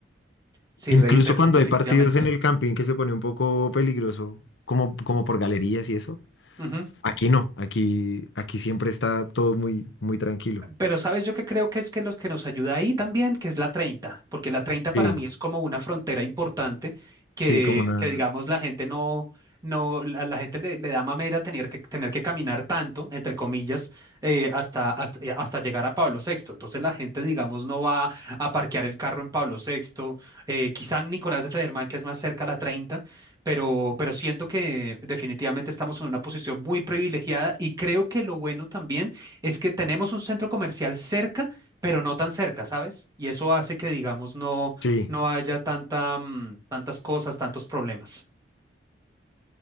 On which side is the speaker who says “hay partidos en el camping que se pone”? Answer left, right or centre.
Left